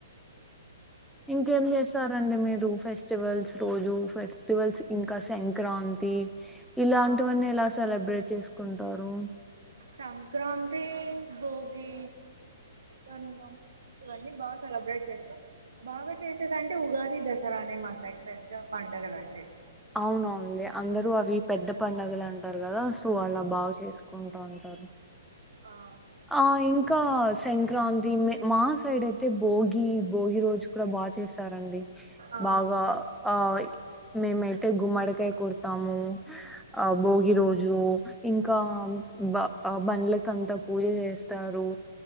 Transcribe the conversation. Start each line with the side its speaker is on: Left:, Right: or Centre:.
Right: బ్లాంక్
Centre: ఇంకేం చేస్తారండి మీరు ఫెస్టివల్స్ రోజు ఫెస్టివల్స్ ఇంకా సంక్రాంతి ఇలాంటివన్నీ
Right: ఆ
Centre: ఎలా సెలబ్రేట్ చేస్కుంటారు.
Right: సంక్రాంతీ, భోగి, కనుమ. ఇవన్నీ బాగా సెలబ్రేట్ చేస్తాం. బాగా చేసేదంటే ఉగాది, దసరానే మా సైడ్ పెద్ద పండగలంటే
Centre: అవునవున్లే అందరూ అవి పెద్ద పండగలంటార్ కదా సో అలా
Right: ఆ
Centre: బాగ్ చేస్కో ఉంటా ఉంటారు
Right: ఆ
Centre: ఆ ఇం కా సంక్రాంతి మి మా సైడైతే భోగి భోగి రోజు కూడా బా చేసారండి
Right: ఆ
Centre: బాగా ఆ మేమై గుమ్మడ్ కాయ్ కొడ్తాము ఆ భోగి రోజు ఇంకా బ అ బండ్లకంతా పూజ చేస్తారు.